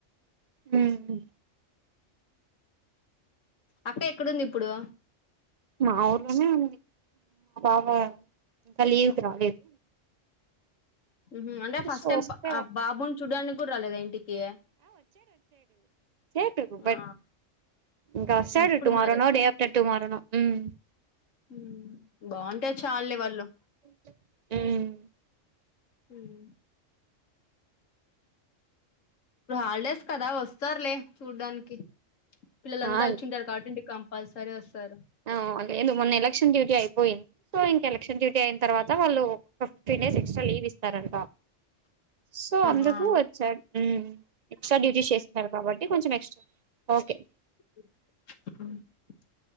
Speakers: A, on the right; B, on the left.
A: హు మ్
B: అక్క ఎక్కడుంది, ఇప్పుడు
A: మా ఊర్లోనే ఉంది. మా బావ ఇంకా లీవ్ కి రాలేదు.
B: ఉహూమ్ అంటే ఫస్ట్
A: సో
B: టైం
A: వస్తే
B: ఆ బాబుని చూడనికి, కూడా రాలేదు ఇంటికి,
A: ఏటుకు బట్
B: ఆ
A: ఇంకా వస్తాడు.
B: ఇప్పుడు
A: టుమారోనో
B: మరి
A: డే ఆఫటర్ టుమారోనో, ఉమ్
B: ఉమ్ బాగుంటే చాలులే వాళ్ళు
A: ఉమ్
B: ఉమ్ ఇప్పుడు హాలిడేస్ కదా, వస్తారులే చూడ్డానికి పిల్లలంతా
A: ఆ
B: వచ్చింటారు కాబట్టి ఇంటికి కంపల్సరీ వస్తారు
A: అ అ ఎ మొన్ ఎలక్షన్ డ్యూటీ యి పోయింది, సో ఇంక ఎలక్షన్ డ్యూటీ అయిన తర్వా వాళ్ళు ఒక ఫిఫ్టీన్ డేస్ ఎక్స్ట్రా లీవ్ ఇస్తారంటా, సో
B: ఆహా
A: అందుకు వచ్చాారు, ఎక్స్ట్రా డ్యూటీ చేస్తున్నారు, కాబట్టి కొంచం ఎక్స్ట్రా ఓకే
B: అ